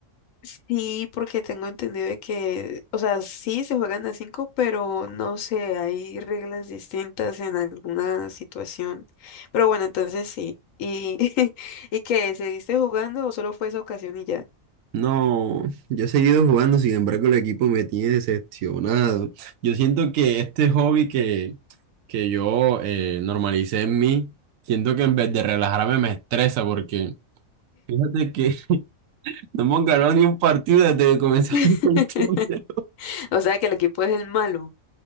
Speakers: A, on the left; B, on the right.
A: Sí, porque tengo entendido de que, o sea, sí se juegan a cinco, pero no sé, hay reglas distintas en alguna situación. Pero bueno, entonces sí. ¿Y, <laughs> y qué? ¿Seguiste jugando o solo fue esa ocasión y ya?
B: No, yo he seguido jugando, sin embargo el equipo me tiene decepcionado. Yo siento que este hobby que, que yo eh, normalicé en mí, siento que en vez de relajarme me estresa porque fíjate que <laughs> no hemos ganado ni un partido desde que comenzamos
A: <laughs>
B: con esto.
A: O sea, que el equipo es el malo.